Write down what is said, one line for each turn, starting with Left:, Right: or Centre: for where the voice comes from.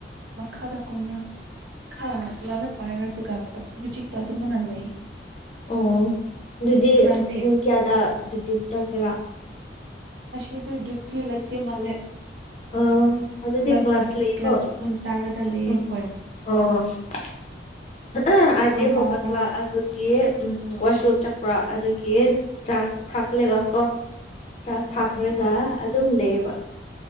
Right: ꯃꯈꯥꯗ ꯀꯃꯔ ꯍꯥꯥ ꯂꯑ ꯄꯥꯏꯔ ꯆ ꯇꯗ ꯃꯅꯥ ꯂꯌꯦꯦ
Left: ꯑꯣ ꯑꯗꯨꯗꯤ
Right: ꯅꯪꯗꯤ
Left: ꯄꯨꯡ ꯀꯌꯥꯗ ꯑꯗꯨꯗꯤ ꯆꯠꯀꯦꯔꯥ
Right: ꯉꯁꯤꯗꯨ ꯊꯤ ꯂꯩꯇꯦ ꯃꯜꯂꯦ
Left: <inaudible> ꯑꯗꯨꯗꯤ
Right: ꯀ꯭ꯂꯥꯁ
Left: ꯂꯩꯀꯣ
Right: ꯀ꯭ꯂꯥꯁ ꯇꯥꯔ ꯇꯂꯤꯂꯤꯌꯥ
Left: ꯎꯝ
Right: ꯍ
Left: ꯑꯣ ꯑ ꯑꯗꯨꯗꯤ
Right: ꯄꯨꯡ ꯇꯔꯥꯗ
Left: ꯍꯒ ꯀ꯭ꯂꯂ ꯑꯗꯨ ꯑꯗꯨꯒꯤ ꯎꯝ ꯋꯥꯁꯔꯨꯝ ꯆꯠꯄ꯭ꯔ ꯑꯗꯨꯒꯤ ꯆꯥꯛ ꯊꯥꯛꯂꯦꯒ ꯀꯣ ꯆꯥꯛ ꯊꯥꯛꯈ꯭ꯔꯒ
Right: ꯍꯣꯏ ꯍꯣꯏ
Left: ꯑꯗꯨꯝ ꯂꯩꯕ